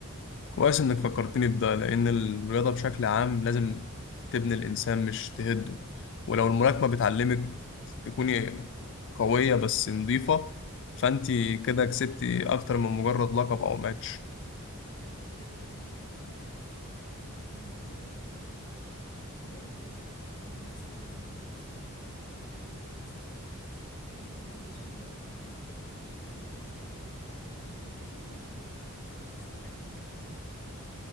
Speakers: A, on the left; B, on the left.
A: كويس إنك فكرتني بده لأن الرياضة بشكل عام لازم تبني الإنسان مش تهده ولو الملاكمة بتعلمك تكوني قوية بس نضيفة فأنت كده كسبتي أكتر من مجرد لقب أو ماتش
B: على فكرة ده كمان بيخلينا أفكر إننا نربط الكلام ده بقيم تانية زي مثلا الصبر والمثابرة لأن مفيش ملاكم ناجح طلع من أول تمرين يعني كلهم مروا بتعب وخسارة قبل ما ينجحوا